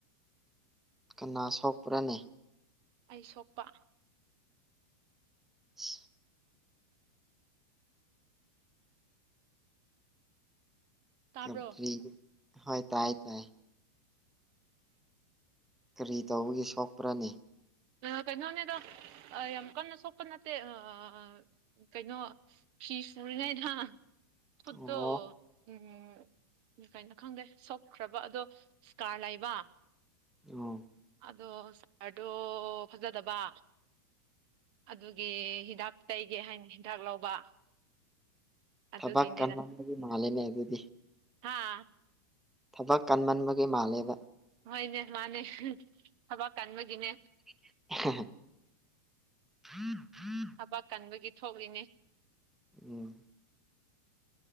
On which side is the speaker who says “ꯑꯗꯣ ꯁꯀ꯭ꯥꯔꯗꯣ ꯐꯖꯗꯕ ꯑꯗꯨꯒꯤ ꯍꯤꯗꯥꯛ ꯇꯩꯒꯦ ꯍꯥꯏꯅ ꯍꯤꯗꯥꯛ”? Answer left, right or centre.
Right